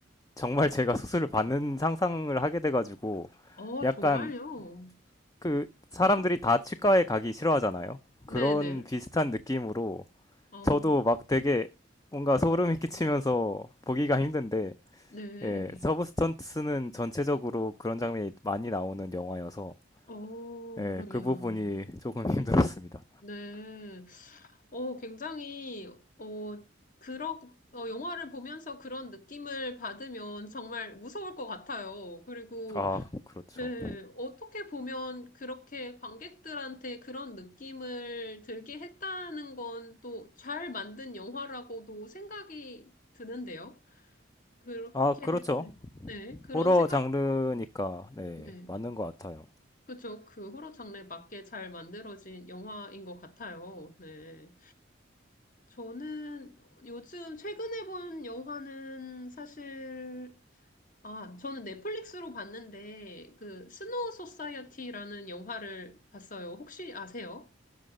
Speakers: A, on the left; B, on the left.
A: 정말 제가 수술을 받는 상상을 하게 돼가지고
B: 어,
A: 약간
B: 정말요?
A: 그 사람들이 다 치과에 가기 싫어하잖아요.
B: 네네.
A: 그런 비슷한 느낌으로
B: 어.
A: 저도 막 되게 뭔가 소름이 <laughs> 끼치면서 보기가 힘든데
B: 네.
A: 예, 서브 스턴트는 전체적으로 그런 장면이 많이 나오는 영화여서
B: 어,
A: 예,
B: 그러네요.
A: 그 부분이 조금 <laughs> 힘들었습니다.
B: 네. 어, 굉장히, 어, 그러, 어, 영화를 보면서 그런 느낌을 받으면 정말 무서울 것 같아요. 그리고,
A: 아, 그렇죠.
B: 네, 어떻게 보면 그렇게 관객들한테 그런 느낌을 들게 했다는 건 또 잘 만든 영화라고도 생각이 드는데요. 그렇게,
A: 아, 그렇죠.
B: 네, 그런
A: 호러
B: 생각,
A: 장르니까 네,
B: 네.
A: 맞는 것 같아요.
B: 그쵸. 그 호러 장르에 맞게 잘 만들어진 영화인 것 같아요. 네. 저는 요즘 최근에 본 영화는 사실, 아, 저는 넷플릭스로 봤는데, 그, 스노우 소사이어티라는 영화를 봤어요. 혹시 아세요?